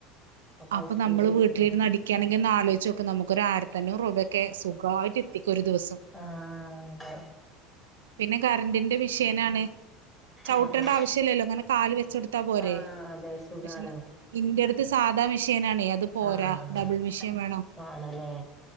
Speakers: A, in the centre; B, on the right (about 85°).
A: അപ്പൊ
B: അപ്പനമ്മള്
A: അത് സ്പീഡായിരിക്കുല്ലേ
B: വീട്ടില്ര്ന്ന് അടി ക്യാണെങ്കി ഒന്നാലോയ്ചോക്ക് നമുക്ക് ഒരാര്ത്തഞ്ഞൂറൂബെക്കെ സുഖായിട്ടെത്തിക്കരു ദിവസ
A: ആഹ് തെ
B: പിന്നെ കര്ന്റിന്റെ മിഷേനാണ് ചവ്ട്ടണ്ട
A: ആഹ് ആഹ്
B: ആവശ്യല്ലല്ലോ ഇങ്ങനെ കാല് വെച്ചൊട്ത്താ പോരെ
A: ആഹ് അതെ സുഖാണ്
B: പക്ഷെ ന് ഇൻ്റെട്ത്ത് സാധാ മിഷേനാണേ അത് പോരാ
A: ആഹ്
B: ഡബിൾ മെഷീൻ വേണം.
A: ആണല്ലേ